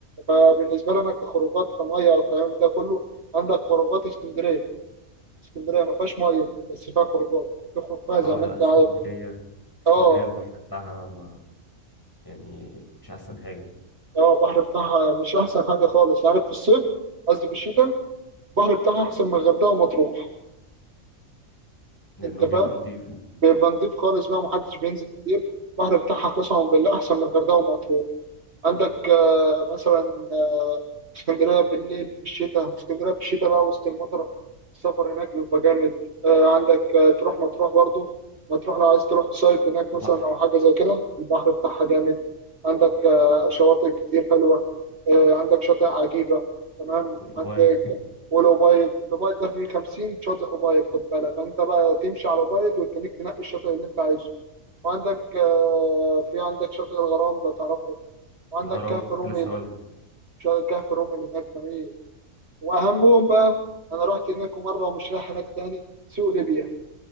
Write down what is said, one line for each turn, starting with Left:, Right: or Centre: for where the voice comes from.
Right: فبالنسبه لنا كخروجات كميه والكلام ده كله عندك خروجات اسكندريه اسكندريه ما فيهاش ميه بس فيها خروجات تخرج فيها زي
Left: آه،
Right: ما
Left: لا
Right: انت
Left: اسكندرية
Right: عايز
Left: اسكندرية
Right: اه
Left: البحر بتاعها ما يعني مش احسن حاجة
Right: اه البحر بتاعها مش احسن حاجه خالص عارف في الصيف قصدي في الشتاء البحر بتاعها احسن
Left: مم.
Right: من الغردقه ومطروح
Left: لانه
Right: انت فاهم
Left: بيبقى نضيف
Right: بيبقى نضيف خالص بقى محدش بينزل كتير البحر بتاعها قسما بالله احسن من الغردقه ومطروح عندك آه، مثلا آه، اسكندرية بالليل في الشتاء اسكندرية في الشتاء بقى وسط المطرة السفر هناك بيبقى جامد آه، عندك آه، تروح مطروح برضو مطروح لو عايز تروح تصيف هناك
Left: البحر
Right: مثلا أو حاجة زي كده البحر بتاعها جامد عندك آه،
Left: مم.
Right: شواطئ كتير حلوة آه، عندك شاطئ عجيبة تمام
Left: والأبيض
Right: عندك والأوبايد الأوبايد ده فيه 50 شاطئ أوبايد خد بالك أنت بقى تمشي على الأوبايد وتخليك تنقي الشاطئ اللي أنت عايزه وعندك آه، في عندك شاطئ الغرام لو تعرفه وعندك
Left: الغرام
Right: كهف
Left: كنت
Right: رومل
Left: لسه اقول لك
Right: شاطئ كهف رومل هناك جميل واهمهم بقى انا رحت هناك مره ومش رايح هناك تاني سوق ليبيا